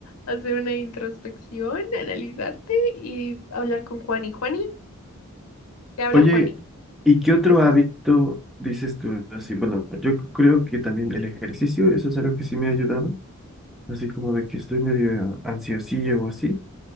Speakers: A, on the left; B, in the centre.
A: hacer una introspección, analizarte y hablar con Juani. Juani, te habla
B: Oye,
A: Juani,
B: ¿y qué
A: porque
B: otro
A: eso.
B: hábito dices tú así? Bueno, yo creo que también el ejercicio, eso es algo que sí me ha ayudado, así como de que estoy medio ansiosillo o así,